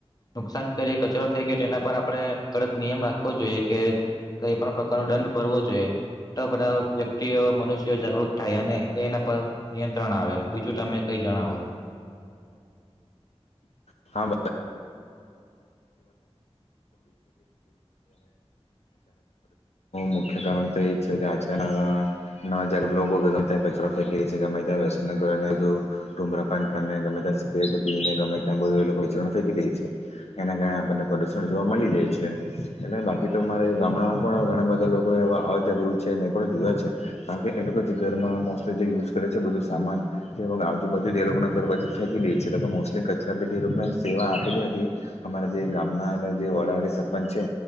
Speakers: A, on the left; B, on the left.
A: નુકસાન કરીએ કચરો ફેકી એના પર આપણે કડક નિયમ રાખવો જોઈએ કે કઈ પણ પ્રકારનો દંડ ભરવો જોઈએ તો બધા વ્યક્તિઓ મનુષ્યો જાગૃત થાય અને એના પર નિયંત્રણ આવે બીજું તમે કઈ જણાવો
B: <unintelligible> હા મુખ્ય કારણ તો એ છે કે આજકા આવા ગ કચરા ફે છે ગમે વસ ડુંગરાપન કરીને ગમે સિગરેટ પીને ગમે ત્યાં બધુ એ લોકો વિચરણ ફેંકી દે છે એના કારણે આપણને પ્રદુષણ જોવા મળી જાય છે એટલે બાકી તો મારે ગામડામાં પણ ઘણા બધા લોકો એવા અજાગૃત છે મે એ પણ જોુયા છે કારણ કે એ લોકો જે ઘરમાં મોસ્ટલી જે યુઝ કરે છે બધું સામાન જે આજુ બાજુ એ લોકોને ઘર બાજુ ફેંકી દે છે એ લોકો મોસ્ટલી કચરો પ એ લોકોને સેવા આપેલી હતી અમારા જે ગામના અગ જે વડા કે સરપંચ છે